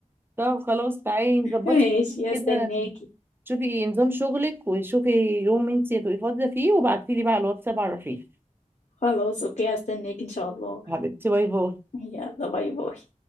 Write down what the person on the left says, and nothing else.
ماشي
هستناكي
خلاص اوكي هستناكي ان شاء الله
يلا باي باي